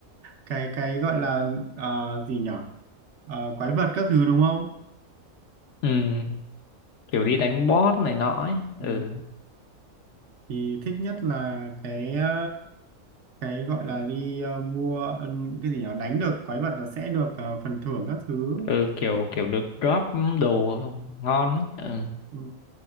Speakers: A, on the right; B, on the left.
A: cái cái gọi là ờ, gì nhở Ờ, quái vật các thứ đúng không?
B: ừ kiểu đi đánh boss này nọ ấy ừ
A: Ừ. Thì thích nhất là cái ờ, cái gọi là đi ờ, mua ừ, cái gì nhở đánh được quái vật là sẽ được ờ, phần thưởng các thứ.
B: ừ kiểu kiểu được drop đồ ngon ấy ừ
A: Ừ.